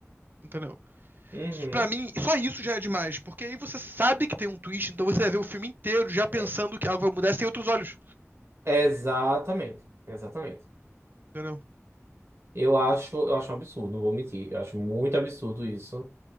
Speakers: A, on the right; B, on the right.
A: Entendeu?
B: Uhum.
A: Isso, Pra mim, só isso já é demais, porque aí você sabe que tem um twist, então você vai ver o filme inteiro já pensando
B: É,
A: que algo vai mudar sem outros olhos.
B: Exatamente, exatamente.
A: Entendeu?
B: Eu acho, eu acho um absurdo, não vou mentir. Eu acho muito absurdo isso.